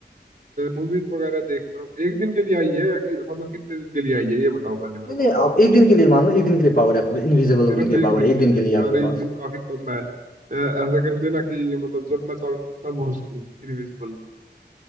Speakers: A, on the right; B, on the left.
A: मूवीज वगैरह देखता हूँ एक दिन के लिए आई है या कि मतलब कितने दिन के लिए आई है ये बताओ पहले मेरे
B: नहीं नहीं
A: को
B: आप एक दिन के लिए मान लो एक दिन के लिए पावर है आपके पास इनविजिबल
A: सिर्फ
B: होने की
A: एक
B: पावर
A: दिन
B: है एक
A: के
B: दिन के
A: लिए
B: लिए
A: यार
B: आपके
A: एक
B: पास
A: दिन काफी कम है अ, ऐसा कर देना कि मतलब जब मैं चाहूँ तब हो सकूँ इनविजिबल